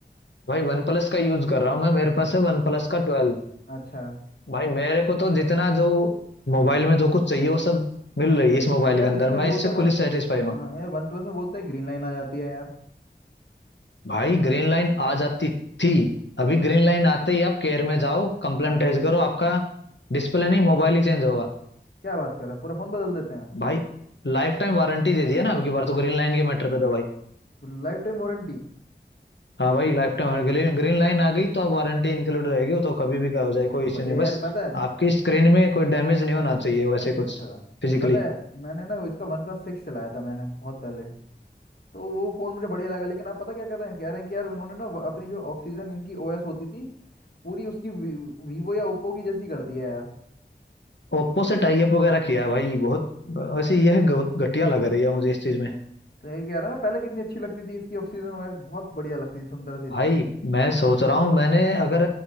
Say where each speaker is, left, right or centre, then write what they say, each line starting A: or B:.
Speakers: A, on the left (about 85°); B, on the left (about 60°).
A: भाई वन प्लस का यूज कर रहा हूँ मैं मेरे पास है वन प्लस का ट्वेल्व
B: अच्छा
A: भाई मेरे को तो जितना जो मोबाइल में जो कुछ चाहिए वो सब मिल रही है इस मोबाइल
B: यार
A: के अंदर
B: इसमें
A: मैं
B: बोलते
A: इससे
B: हैं वन
A: फुली सेटिस्फाई हूँ
B: हाँ यार वन प्लस में बोलते हैं ग्रीन लाइन आ जाती है यार
A: भाई ग्रीन लाइन आ जाती थी अभी
B: अच्छा
A: ग्रीन लाइन आते ही आप केयर में जाओ कंप्लेंट
B: हाँ
A: रेज करो आपका डिस्प्ले नहीं मोबाइल ही चेंज होगा
B: क्या बात कर रहा है पूरा फ़ोन बदल देते हैं
A: भाई लाइफ टाइम वारंटी दे दिया ना अब की बार तो ग्रीन लाइन के मैटर पे था भाई
B: Lifetime warranty
A: हाँ भाई life time green green line आ गई तो अब वारंटी इंक्लूड रहेगी वो तो कभी भी का हो
B: यार
A: जाए
B: ये
A: कोई
B: तो
A: इश्यू
B: बढ़िया
A: नहीं
B: है
A: बस
B: यार पता है
A: आपकी स्क्रीन में कोई डैमेज नहीं होना चाहिए वैसे
B: अच्छा
A: कुछ
B: अच्छा
A: फिजिकली
B: पता है मैंने ना इसका वन प्लस सिक्स चलाया था मैंने बहुत पहले तो वो फ़ोन मुझे बढ़िया लगा लेकिन आप पता क्या कर रहे हैं कह रहे हैं कि यार इन्होंने ना व- अपनी जो ऑक्सीजन इनकी ओएस होती थी पूरी उसकी वी, वीवो या ओप्पो की जैसी कर दी है यार
A: ओप्पो से टाई अप वगैरह किया है भाई बहुत वैसे यह बहुत घटिया लग रही है मुझे इस चीज में
B: तो यही कह रहा है ना पहले कितनी अच्छी लगती थी इसकी ऑक्सीजन ओएस बहुत बढ़िया लगती थी सुंदर सी थी
A: भाई मैं सोच रहा हूँ मैंने अगर